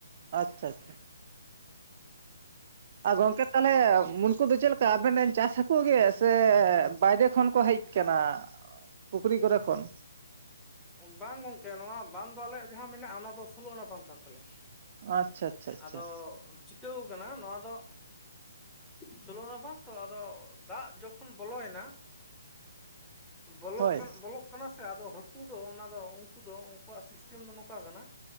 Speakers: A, on the right; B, in the centre.
A: ᱟᱪᱪᱷᱟ ᱟᱪᱪᱷᱟ, ᱟ ᱜᱚᱝᱠᱮ ᱛᱟᱦᱚᱞᱮ ᱩᱱᱠᱩ ᱫᱚ ᱪᱮᱫ ᱞᱮᱠᱟ ᱟᱵᱮᱱ ᱨᱮᱱ ᱪᱟᱥ ᱦᱟ. ᱠᱩ ᱜᱮ? ᱥᱮ ᱵᱟᱭᱨᱮ ᱠᱷᱚᱱ ᱠᱚ ᱦᱮᱡ ᱠᱟᱱᱟ? ᱯᱩᱠᱨᱤ ᱠᱚᱨᱮ ᱠᱷᱚᱱ,
B: ᱵᱟᱝ ᱜᱚᱝᱠᱮ ᱱᱚᱣᱟ ᱵᱟᱸᱫᱽ ᱫᱚ ᱟᱞᱮᱭᱟᱜ ᱡᱟᱦᱟᱸ ᱢᱮᱱᱟᱜᱼᱟ ᱚᱱᱟ ᱫᱚ ᱥᱳᱞᱳ ᱟᱱᱟ ᱵᱟᱸᱫᱽ ᱠᱟᱱ ᱛᱟᱞᱮᱭᱟ᱾
A: ᱟᱪᱪᱷᱟ ᱟᱪᱪᱷᱟ ᱟᱪᱪᱷᱟ
B: ᱟᱫᱚ ᱪᱤᱠᱟᱹᱣ ᱠᱟᱱᱟ ᱱᱚᱣᱟ ᱫᱚ ᱥᱳᱞᱳ ᱟᱱᱟ ᱵᱟᱱ ᱛᱚ ᱟᱫᱚ ᱫᱟᱜ ᱡᱚᱠᱷᱚᱱ ᱵᱚᱞᱚᱭ ᱱᱟ ᱵᱚᱞᱚᱜ
A: ᱦᱳᱭ
B: ᱠᱟᱱ ᱵᱚᱞᱚᱜ ᱠᱟᱱᱟ ᱥᱮ ᱟᱫᱚ ᱦᱟᱹᱠᱩ ᱫᱚ ᱚᱱᱟ ᱫᱚ ᱩᱱᱠᱩ ᱫᱚ ᱩᱱᱠᱩᱣᱟᱜ ᱥᱤᱥᱴᱮᱢ ᱫᱚ ᱱᱚᱝᱠᱟ ᱠᱟᱱᱟ